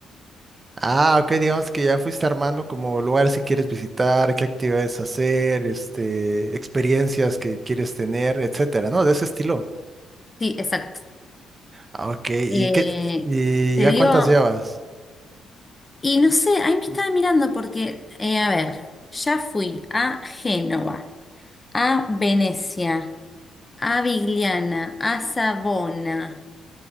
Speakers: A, on the right (about 30°); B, on the left (about 20°).
A: Ah, ok, digamos que ya fuiste armando como lugares que quieres visitar, qué actividades hacer, este, experiencias que quieres tener, etcétera, ¿no? De ese estilo.
B: Sí, exacto.
A: Ah, Ok, ¿y
B: Eh,
A: qué, y
B: te
A: ya
B: digo,
A: cuántas llevas?
B: y no sé, ahí me estaba mirando porque, eh, a ver, ya fui a Génova, a Venecia, a Vigliana, a Savona,